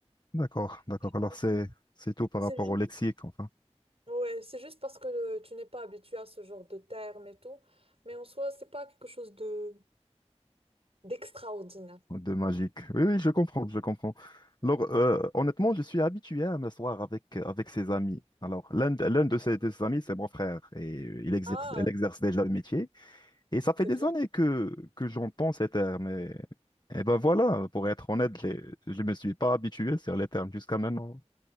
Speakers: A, on the left; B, on the right.
A: d'accord, d'accord.
B: <laughs>
A: Alors, c'est, c'est tout par
B: C'est
A: rapport
B: juste,
A: au lexique, enfin.
B: ouais, c'est juste parce que euh, tu n'es pas habitué à ce genre de termes et tout. Mais en soi, c'est pas quelque chose de d'extraordinaire.
A: De magique. Oui, oui, je comprends, je comprends. Alors, euh, honnêtement, je suis habitué à m'asseoir avec, euh, avec ses amis. Alors, l'un de, l'un de ses, de ses amis, c'est mon frère, et il exerce,
B: Ah,
A: elle exerce déjà le métier. Et ça
B: c'est
A: fait des
B: bien.
A: années que, que j'entends ces termes. Et, et ben voilà, pour être honnête, je je ne me suis pas habitué sur les termes jusqu'à maintenant.